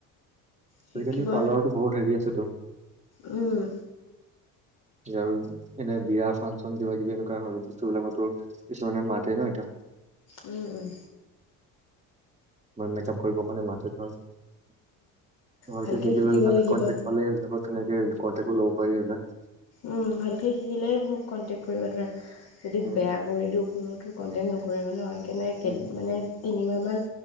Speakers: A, on the left (about 60°); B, on the right (about 15°).
A: শিকিব
B: সেইকাৰণেটো পাৰ্লাৰটো বহুত হেৰি আছেটো।
A: উম।
B: আৰু এনে বিয়া ফাংচন কিবা কিবি এনেকুৱা সৰু বস্তু বিলাকতো কিছুমানে মাতে ন এতিয়া।
A: উম, উম।
B: মানে মেকআপ কৰিবৰ কাৰণে মাতে ধৰ। তোমালোকে
A: ভালকৈ
B: শিকি
A: শিকিব
B: ললে তাত
A: লাগিব
B: কনটেক্ট পালেই হৈ যাব বহুত ধুনীয়াকে কনটেক্টও ল'ব পাৰি সেইবিলাক।
A: উম ভালকে শিকিলেহে মোক কন্টেক কৰিব। ধৰা যদি
B: উম
A: বেয়া কৰি দিওঁ কোনেওটো কণ্টেক্ট নকৰিব ন। সেইকাৰণে এইকেইদিন
B: উম
A: মানে তিনিমাহমান,